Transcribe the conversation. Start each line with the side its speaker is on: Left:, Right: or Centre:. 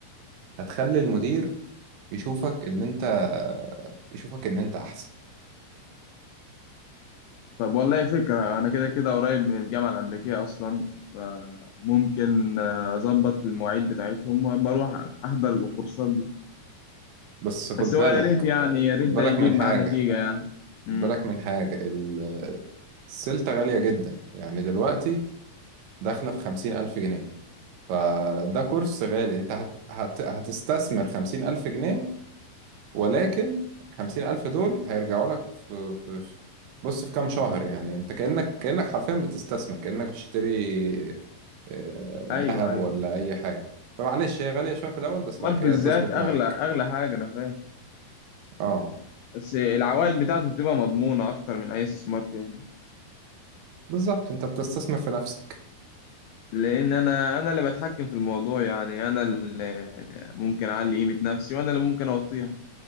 Right: هتخلي المدير يشوفك ان انت يشوفك ان انت احسن
Left: طب والله فكرة أنا كده كده قريب من الجامعة الأمريكية أصلا فممكن آه، أظبط المواعيد بتاعتهم وبروح أحضر الكورسات دي
Right: بس خد
Left: بس
Right: بالك
Left: هو يا ريت يعني يا ريت
Right: خد
Left: ده
Right: بالك
Left: يجيب
Right: من حاجة
Left: معاه نتيجة يعني امم
Right: خد بالك من حاجة ال- السلطة غالية جدا يعني دلوقتي داخلة في خمسين ألف جنيه فده كورس غالي انت هت... هت... هتستثمر خمسين ألف جنيه ولكن خمسين ألف دول هيرجعوا لك في... في... في- بص في كام شهر يعني انت كأنك كأنك حرفيا بتستثمر كأنك بتشتري آه،
Left: أيوه
Right: ذهب
Left: أيوه
Right: ولا أي حاجة فمعلش هي غالية شوية في الأول بس
Left: استثمار
Right: بعد كده
Left: في الذات
Right: تظبط
Left: أغلى
Right: معاك
Left: أغلى حاجة أنا فاهم
Right: اه
Left: بس العوائد بتاعته بتبقى مضمونة أكتر من أي استثمار تاني
Right: بالظبط انت بتستثمر في نفسك
Left: لان انا انا اللي بتحكم في الموضوع يعني انا اللي ممكن اعلي قيمة نفسي وانا اللي ممكن اوطيها